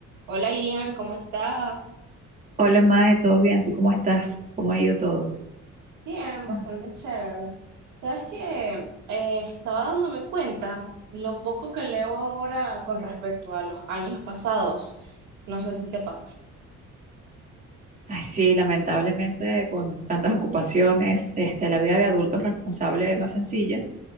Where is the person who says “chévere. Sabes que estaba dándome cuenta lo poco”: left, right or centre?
Right